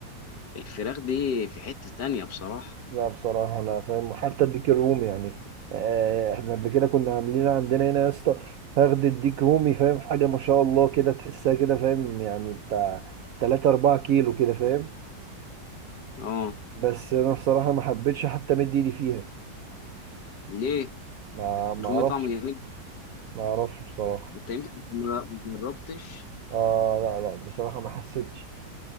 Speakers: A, on the left (about 70°); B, on the right (about 65°).
A: الفراخ دي في حتة تانية بصراحة
B: لا بصراحه لا فاهم وحتى الديك الرومي يعني آه، احنا قبل كده كنا عاملين عندنا هنا يا اسطى فخد الديك رومي فاهم حاجه ما شاء الله كده تحسها كده فاهم يعني بتاع 3 4 كيلو كده فاهم
A: اه
B: بس انا بصراحه ما حبيتش حتى مد ايدي فيها
A: ليه
B: ما ما
A: الرومي
B: اعرفش
A: طعمه جميل
B: ما اعرفش بصراحه
A: انت يمكن ما جربتش
B: اه لا لا بصراحه ما حسيتش